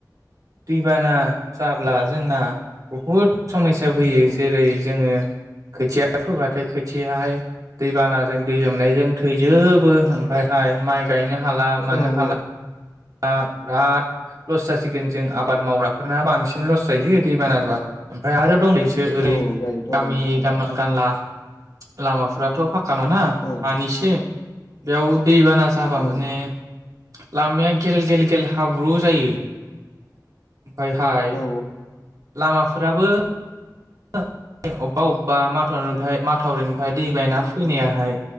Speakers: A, on the right; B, on the left.
A: दैबाना जाब्ला जोंना बहुद समायसा फैयो
B: औ
A: जेरै जोङो खोथिया फोबाथाय खोथियाहाय दैबानाजों दै लोमनायजों थैजोबो ओमफाय हाय माइ गायनो हाला मानो
B: औ
A: हाला
B: औ
A: दा बिराद लस जासिगोन जों आबाद मावग्राफोरना बांसिन लस जायो दै बानाबा ओमफ्राय आरो दं सो ओरै
B: औ जायोथ'
A: गामि
B: आरो नोंथां
A: गामा-गानला लामाफ्राथ' फा खा नङाना
B: औ
A: हानि सो बेयावथ दैबाना जाबा
B: औ
A: माने लामाया गेल-गेलगेल हाब्रु जायो। ओमफायहाय
B: औ
A: लामा फोराबो <unintelligible> अबेबा अबेबा माथावरिनिफ्राय-माथावरिनिफ्राय दै बायना फैनायाहाय